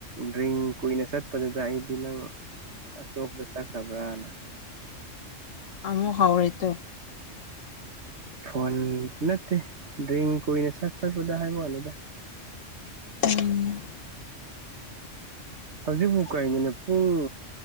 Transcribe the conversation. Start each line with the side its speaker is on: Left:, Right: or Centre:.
Right: ꯗꯔꯤꯡ ꯀꯨꯏꯅ ꯆꯠꯄꯗꯨꯗ ꯑꯩꯗꯤ ꯅꯪ ꯇꯣꯛꯇ ꯆꯠꯈ꯭ꯔꯕ꯭ꯔꯅ
Left: ꯑꯃꯨ ꯍꯥꯎꯔꯦꯠꯇꯣ
Right: ꯐꯣꯟꯣꯟ ꯅꯠꯇꯦ ꯗ꯭ꯔꯤ ꯀꯅꯦ ꯁꯥꯠ ꯆꯠꯄꯗ ꯍꯥꯏꯕꯅꯤꯗ
Left: ꯎꯝ
Right: ꯍꯧꯖꯤꯛꯐꯨ ꯀꯩꯅꯣꯅꯦ ꯄꯨꯡ